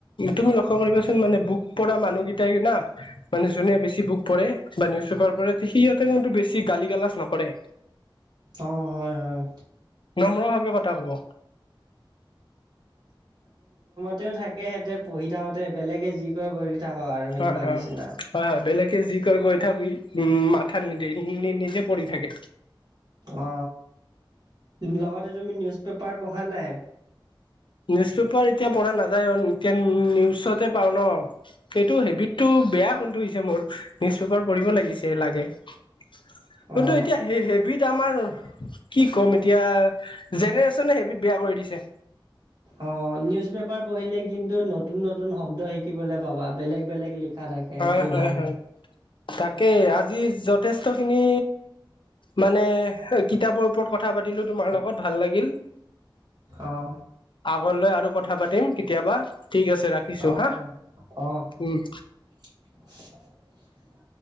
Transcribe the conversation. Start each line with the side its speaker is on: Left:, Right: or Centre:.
Left: তুমি লক্ষ্য কৰিবাচোন মানে বুক পৰা মানুহকেইটাই না। মানে যোনে বেছি বুক পঢ় বা নিউজ পেপাৰ পৰে সিহঁতে কিন্তু বেছি গালি গালাজ নকৰে।
Right: অ হয় হয়
Left: নম্ৰ ভাৱে কথা কব
Right: তেঁও থাকে সেহেতি থাকোতে বেলেগে যি ক কৰি থাকক আৰু সেনেকুৱা
Left: হয় হয়
Right: নিচিনা
Left: হয় হয় বেলেকে যি কয় কৈ থাকি উম মাথাত নিদে নিজে পৰি থাকে
Right: অ লগতে তুমি নিউজ পেপাৰ পঢ়া নাই
Left: নিউজ পেপাৰ এতিয়া পঢ়া নাযায় এতিয়া নিউজতে পাও ন সেইটো হেবিটটো খুব বেয়া কোনটো হৈছে মোৰ নিউজ পেপাৰ পঢ়িব লাগিছে লাগে কিন্তু
Right: অঁ
Left: এতিয়া সেই হেবিত আমাৰ কি ক'ম এতিয়া জেনেৰেশ্যনে হেবিধ বেয়া কৰি দিছে।
Right: অ' নিউজ পেপাৰ পঢ়িলে কিন্তু নতুন নতুন শব্দ শিকিবলৈ পাবা বেলেগ বেলেগ লিখা থাকে
Left: হয়
Right: সেইটো
Left: হয়
Right: ভাল
Left: হয় তাকেই আজি যথেষ্ট খিনি মানে কিতাপৰ ওপৰত কথা পাতিলো তোমাৰ লগত ভাল লাগিল।
Right: অঁ
Left: আগত লৈ আৰু কথা পাতিম কেতিয়াবা, ঠিক আছে ৰাখিছো
Right: অঁ
Left: হা।
Right: অঁ
Left: উম।
Right: <unintelligible>